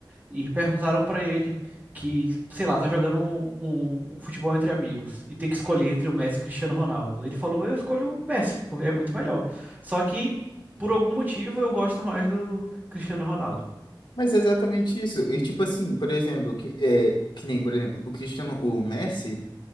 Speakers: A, on the right; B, on the left.
A: E perguntaram pra ele que, sei lá, tá jogando um, um um futebol entre amigos e tem que escolher entre o Messi e Cristiano Ronaldo. Ele falou: Eu escolho o Messi, porque é muito melhor. Só que, por algum motivo, eu gosto mais do Cristiano Ronaldo.
B: Mas é exatamente isso. E tipo assim, por exemplo, que, é, que nem, por exemplo, o Cristiano, o Messi.